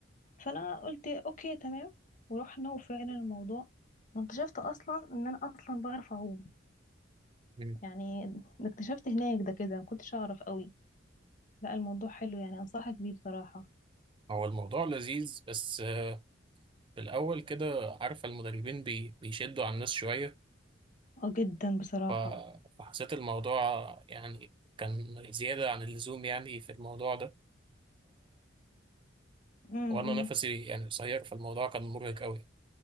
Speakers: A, on the left (about 40°); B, on the right (about 25°).
A: فانا قلت اوكي تمام ورحنا وفعلا الموضوع واكتشفت اصلا ان انا اصلا بعرف اعوم
B: مم.
A: يعني اكتشفت هناك ده كده ما كنتش اعرف قوي لا الموضوع حلو يعني انصحك بيه بصراحه
B: هو الموضوع لذيذ بس آه، في الأول كده عارفة المدربين بي... بيشدوا على الناس شوية
A: اه جدا بصراحة
B: ف... فحسيت الموضوع يعني كان زيادة عن اللزوم يعني في الموضوع ده
A: امم
B: وانا نفسي يعني قصير فالموضوع كان مرهق قوي